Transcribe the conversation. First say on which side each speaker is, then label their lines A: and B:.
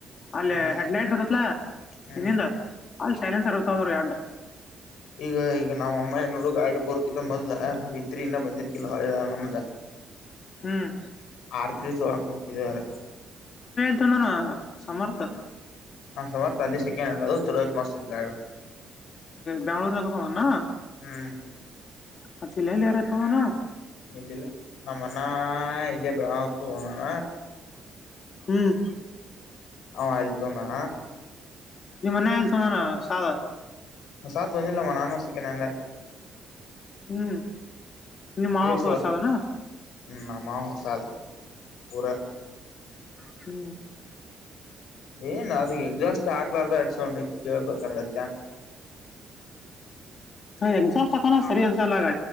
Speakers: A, on the left (about 40°); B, on the left (about 80°).
A: ಅಲ್ಲಿ
B: ಹ್ಮ್
A: ಹೆಡ್ಲೈಟ್ ಇರತತ್ಲಾ
B: ಹ್ಮ್
A: ಇನ್ನಿಂದ ಅಲ್ಲಿ ಸೈಲೆನ್ಸ್ತೋದ್ರರು ಎಡ್ಡು
B: ಈಗ ಈಗ ನಾವ್ ಅಮ್ಮ ನೋಡು ಗಾಡಿ ಬರ್ಕಿದ ಮೊದಲ ವಿತ್ರಿನ್ನ ಬಂದಿರ್ಕಲ್ ನಮ್ದ
A: ಹ್ಮ್
B: ಆರ್ತ್ರಿ ಚೋರಕ ನಿಂತಿದೆರ
A: ಇಂದಾನ ಸಮರ್ಥ
B: ನಾನ್ಮಾರು ಅಲ್ಲಿ ಸೆಕಂಡ್ ಚಲೋ ಮಸ್ತ್ ಗ
A: ಬೆಳೂರು ತಕಾನ ನ
B: ಹ್ಮ್
A: ಹ ಸಿಲ್ಲೆಲ್ಲರ ತಾನ
B: ಇಲ್ಲಿಲ್ಲ ನಮ್ಮ ಅನ್ನ ಇಲ್ಲಯ ಬೆಳತ ನಾನ
A: ಹ್ಮ್
B: ಹ ಅಲ್ತೋನಾ
A: ನಿಮ್ಮನ್ನ ಆಲ್ಲ ತಮ್ಮಾನ ಸಾಲ
B: ಸಾಾತ್ದಿಲ್ಲಾಮ ನಾನು ಸೆಕಂಡ್ ಹ್ಯಾಂಡ
A: ಹ್ಮ್ ನಿಮ್ ಮಾವ
B: ಇಶ್ರ್
A: ಒಬ್ಬ ಸಾದನ
B: ನಮ್ಮ ಹೊಸಾದ ಪೂರ
A: ಹ್ಮ
B: ಏನ್ ಅದ ಎಕ್ಸಾಸ್ಟ್ ಹಾಕ್ಲಾರ್ದ ಅಸೊಂಡ ಕೇಳ್ಬೇಕಾರತನ್
A: ಎಕ್ಸಾಸ್ಟ್ ಹಾಕನ ಸರಿ ಅನ್ಸಲ್ಲ ಗಾ